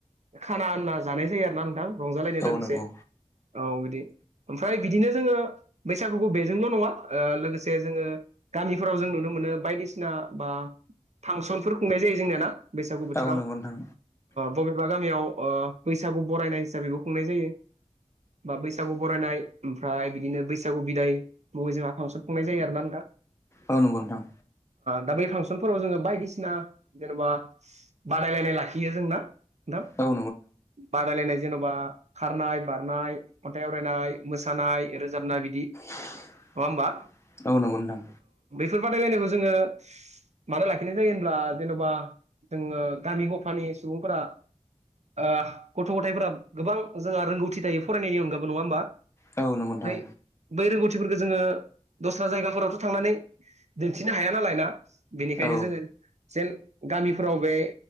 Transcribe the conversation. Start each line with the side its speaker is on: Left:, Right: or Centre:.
Right: खाना होनना जानाय जायो आरोना नोंथां रंजालायनाय
Left: औ
Right: दानसे
Left: नंगौ
Right: औ बिदि ओमफ्राय बिदिनो जोंङो बैसागुखौ बेजोंल' नंङा ओ लोगोसे जोंङो गामिफोराव जों नुनो मोनो बायदिसिना बा फांसनफोर खुंनाय जायो जोंनियाना बैसागु बोथोराव
Left: औ नंगौ नोंथां
Right: बबे बा गामियाव ओ बैसागु बरायनाय हिसाबैबो खुंनाय जायो। बा बैसागु बरायनाय ओमफ्राय बिदिनो बैसागु बिदाय बबे जोंहा फांसन खुंनाय जायो आरोना नोंथां।
Left: औ नंगौ नोंथां।
Right: दा बै फांसनफोराव जोंङो बायदिसिना जेनेबा बादायलायनाय लाखियो जोंना। नोंथां
Left: औ
Right: बादायलायनाय जेन'बा खारनाय बारनाय खन्थाइ आवरायनाय मोसानाय रोजाबनाय बिदि
Left: <inaudible>
Right: नंङा होमबा?
Left: औ नोंगौ नोंथां।
Right: बेफोर बादायलायनायखौ जोंङो मानो लाखिनाय जायो होनब्ला जेन'बा जोंङो गामि गफानि सुबुंफोरा ओ गथ' गथायफोरा गोबां जोंहा रोंगौथि थायो फरायनायनि अनगायबो नंङा होमबा?
Left: औ नंगौ नोंथां
Right: फ्राय बे रोंग खो जोंङो दस्रा जायगाफोरावथ' थांनानै दिन्थिनो हाया नालाय ना बेनिखायनो
Left: औ नंगौ नोंथां औ
Right: जोंङो जेन गामिफोराव बे